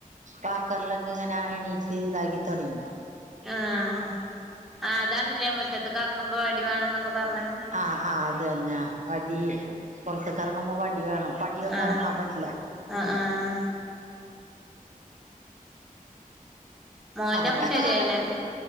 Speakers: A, on the right; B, in the centre.
A: വാക്കറിലൊക്കെ ഇങ്ങനെ എണീറ്റ് ഇതാക്കി തൊടങ്ങി
B: ആഹ് അതാണല്ലേ മുറ്റത്ത്ക്ക് എറങ്ങുമ്പോ വടി വേണന്നൊക്കെ പറഞ്ഞേ
A: ആഹ് ആഹ് അത് തന്നെ വടി പൊറത്ത്ക്കെറങ്ങുമ്പോ വടി വേണം പടിയൊന്നും
B: ആഹ്
A: എറങ്ങാൻ പറ്റില്ല
B: ആഹ് ആഹ് മോന്റൊക്കെ
A: അകത്തൊക്കെ
B: ശരിയായില്ലേ
A: നടക്കും